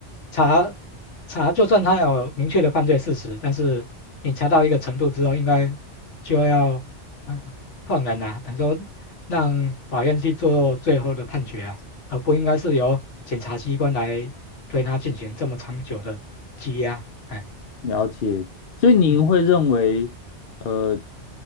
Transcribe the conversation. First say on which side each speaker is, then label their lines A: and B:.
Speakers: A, on the left (about 90°); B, on the left (about 60°).
A: 查查，就算他有明确的犯罪事实，但是你查到一个程度之后，应该就要嗯放人啊，等于说让法院去做最后的判决啊，而不应该是由检察机关来对他进行这么长久的羁押。哎，
B: 了解，所以您会认为，
A: 嗯，
B: 呃，